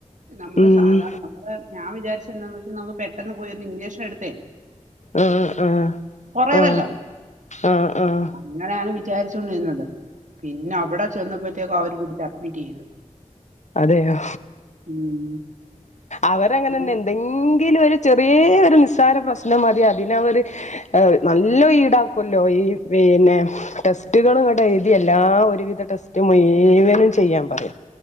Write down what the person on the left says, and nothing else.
ഉം
ആ ആഹ്
ആ ആ ആഹ്
അതെയോ
അവരങ്ങനെന്നെ
ന്തെ ങ്കിലൊരു ചെറിയേ ഒരു നിസ്സാര പ്രശ്നം മതി അതിനവര് എ നല്ലോ ഈടാക്കൊല്ലോ ഈ പിന്നെ ടെസ്റ്റുകള് ങ്ങട്ടെയ്തി എല്ലാ ഒരുവിധ ടെസ്റ്റ് മുയ്‌വനും ചെയ്യാൻ പറിയും